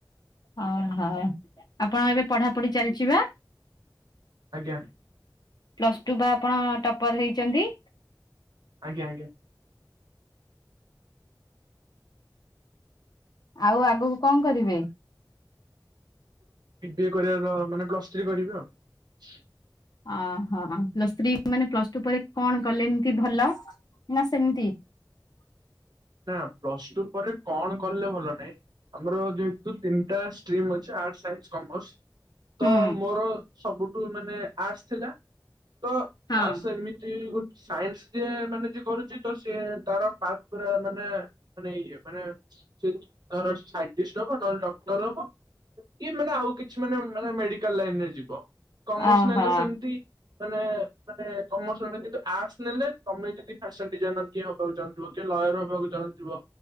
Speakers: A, on the left; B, on the right.
A: ଅ ହୋ ଆପଣ ଏବେ ପଢାପଢି ଚାଲିଛି ବା?
B: ଆଜ୍ଞା।
A: ପ୍ଲସ୍ ଟୁ ବା ଆପଣ ଟପର ହେଇଚନ୍ତି।
B: ଆଜ୍ଞା ଆଜ୍ଞା।
A: ଆଉ ଆଗକୁ କଣ କରିବେ?
B: ବିଏ କରିବାର ମାନେ ପ୍ଲସ୍ ଥ୍ରୀ କରିଵି ଆଉ।
A: ଅ ହୋ ପ୍ଲସ୍ ଥ୍ରୀ ମାନେ ପ୍ଲସ ଟୁ ପରେ କଣ କଲେ ଏମତି ଭଲ ନା ସେମିତି?
B: ନା ପ୍ଲସ ଟୁ ପରେ କଣ କଲେ ଭଲ ନାହିଁ ଆମର ଯେହେତୁ ତିନିଟା ଷ୍ଟ୍ରିମ ଅଛି ଆର୍ଟସ ସାଇନ୍ସ କମର୍ସ। ତ
A: ହୁଁ
B: ମୋର। ସବୁଠୁ ମାନେ ଆର୍ଟସ୍ ଥିଲା। ତ
A: ହଁ।
B: ଆର୍ଟସ ଏମିତି ଗୋଟେ। ସାଇନ୍ସ ଯିଏ ମାନେ ଜିଏ କରୁଛି ତ ସିଏ ତାର - ପୁରା ମାନେ ମାନେ ଇଏ ମାନେ ସେ ସାଇନ୍ତିଷ୍ଟ ହବ ନହେଲେ ଡକ୍ଟର ହବ କି ମାନେ ଆଉ କିଛି ମାନେ। ମାନେ ମେଡିକାଲ ଲାଇନ ରେ ଯିବ କମର୍ସ
A: ଓହୋ
B: ନେଲେ ସେମତି ମାନେ। ମାନେ କମର୍ସ ରେ କିନ୍ତୁ ଆର୍ଟସ ନେଲେ ତମେ ଯଦି ଫ୍ୟାସନ ଡିଜାଇନର ଟିଏ ହବାକୁ ଚାହୁଁ ଥିବା। କିଏ ଲୟର ହବାକୁ ଚାହୁଁଥିବ